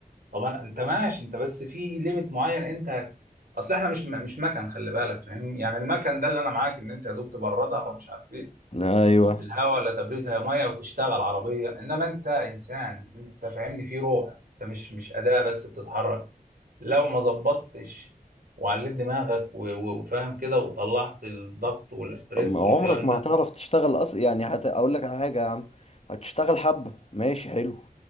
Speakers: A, on the right; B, on the left.
A: طبعا انت ماشي انت بس في ليميت معين انت هت- اصل احنا مش مش مكن خلي بالك فاهمني يعني المكن ده اللي انا معاك ان انت يا دوب تبردها ومش عارف ايه
B: ايوه
A: ب- بالهواء لا تبريدها ميه وتشتغل عربيه انما انت انسان انت فاهمني في روح انت مش مش اداه بس بتتحرك لو ما ظبطتش وعليت دماغك و- و- وفاهم كده وطلعت الضغط والاسترس
B: أما عمرك
A: والكلام
B: ما
A: ده
B: هتعرف تشتغل أص... يعني هت... أقول لك على حاجة يا عم هتشتغل حبة ماشي حلو